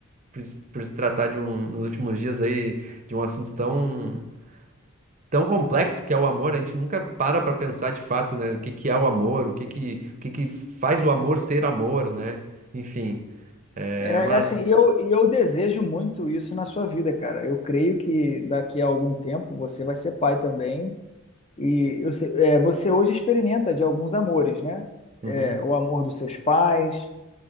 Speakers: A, on the right; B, on the left.
A: por, se por se tratar de um, nos últimos dias aí, de um assunto tão, tão complexo que é o amor, a gente nunca para pra pensar de fato, né, o que que é o amor, o que que, o que que faz o amor ser amor, né? Enfim, é,
B: É,
A: mas...
B: é assim, e eu, e eu desejo muito isso na sua vida, cara. Eu creio que daqui a algum tempo você vai ser pai também. E eu, sei- é, você hoje experimenta de alguns amores, né?
A: Uhum,
B: É, o amor dos seus pais,